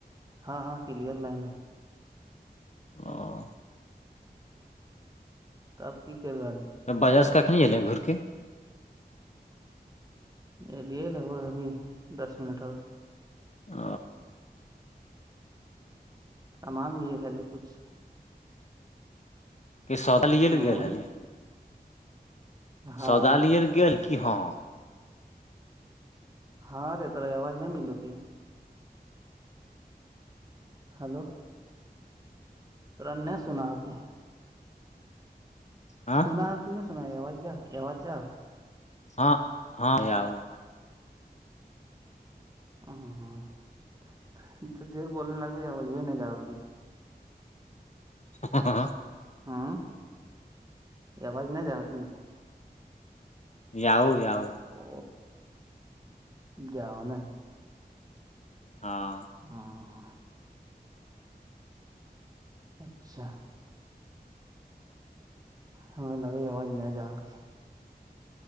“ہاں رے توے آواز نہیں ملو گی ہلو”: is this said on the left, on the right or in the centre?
Right